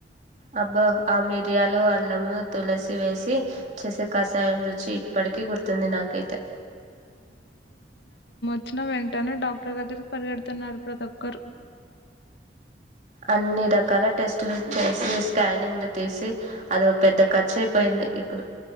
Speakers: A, on the right (about 45°); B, on the left (about 75°).
A: అబ్బో ఆ మిరియాలు అల్లము తులసి వేసి చేసే కషాయం రుచి ఇప్పటికీ గుర్తుంది నాకైతే
B: వచ్చిన వెంటనే డాక్టర్ దగ్గరికి పరిగెడుతున్నారు ప్రతొక్కరు
A: అన్ని రకాల టెస్టులు చేసి స్కానింగ్ తెసే అద పెద్ద కచ్చే పోయింది ఇప్పుడు